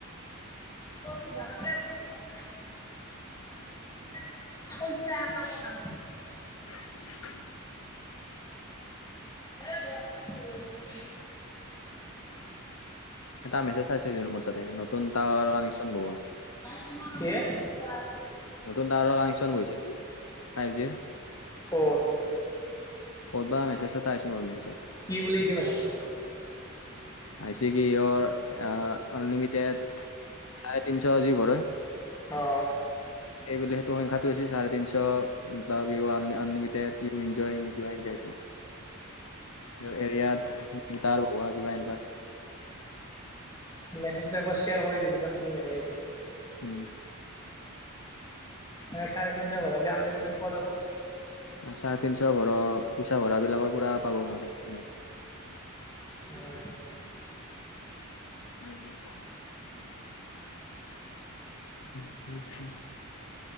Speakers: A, on the left; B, on the left.
A: <inaudible> <inaudible>
B: <inaudible>
A: হ'ব।
B: <inaudible> এটা মেছেজ আছে মোৰ ততে নতুন টাৱাৰ কানেকশচন বোহুৱা
A: <inaudible>
B: নতুন টাৱাৰৰ কানেকচন গৈছে নেকি? ফাইভ জিৰ
A: ক'ত
B: ক'তবা মেছেজ এটা আহিছে মোৰ মেছেজত
A: কি বুলি <unintelligible> মাতিছিল?
B: আই চি কি ইৰ আনলিমিটেড চাৰে তিনিশ যি পৰে
A: অ'।
B: এইবোলে সেইটো সংখ্যাটো হৈছে চাৰে তিনশ <unintelligible> আনলিমিড ইনজয়িং কিবা সিংকে আছে। এৰিয়াত তাৰ বহোৱা কিবা এনেকুৱা <inaudible>
A: মেছেজটো একবাৰ শ্বেয়াৰ কৰি দিবিচোন কি মেছেজ আইছে।
B: উম।
A: চাৰে তিনশ ভৰালে আনলিমিটেড পোৱা যাব।
B: চাৰে তিনশ ভৰা পইচা ভৰা বিলাকৰ পুৰা পাব নোৱাৰে।
A: উম।
B: <inaudible> উম, উম, উম।